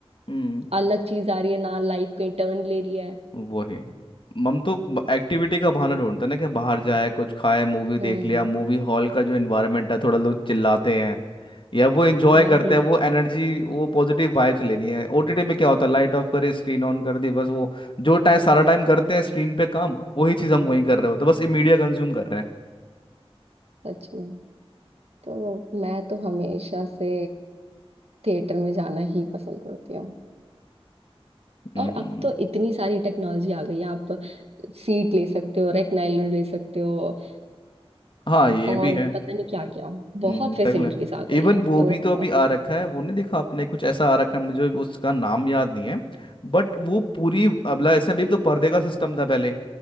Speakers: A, on the left; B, on the right.
A: हम्म।
B: अलग चीज आ रही है ना लाइफ कहीं टर्न ले रही है
A: वही हम तो एक्टिविटी का बहाना ढूंढते हैं ना कि बाहर जाए कुछ खाए मूवी
B: हम्म
A: देख लिया मूवी हॉल का जो इन्वायरमेंट है थोड़ा लोग चिल्लाते हैं या वो एंजॉय
B: वही
A: करते हैं वो एनर्जी वो पॉजिटिव वाइब्स लेनी है ओटीटी में क्या होता है लाइट ऑफ करे स्क्रीन ऑन कर दी बस वो जो टाइम सारा टाइम करते हैं स्क्रीन पे काम वही चीज़ हम वहीं कर रहे होते हैं बस ये मीडिया कंज्यूम कर रहे हैं
B: सच में तो मैं तो हमेशा से थिएटर में जाना ही पसंद करती हूँ।
A: हम्म,
B: और अब तो इतनी सारी टेक्नोलॉजी आ गई है आप सीट ले सकते हो रेक्लाइनर ले सकते हो
A: हाँ ये
B: और
A: भी है
B: पता नहीं क्या क्या
A: हम्म
B: बहुत फैसिलिटीज
A: तक में
B: आ गई
A: इवन
B: हैं
A: वो
B: तो
A: भी तो अभी
B: अब-
A: आ रखा है वो नहीं देखा आपने कुछ ऐसा आ रखा है मुझे उसका नाम याद नहीं है बट वो पूरी अब ला- ऐसे अभी तो पर्दे का सिस्टम था पहले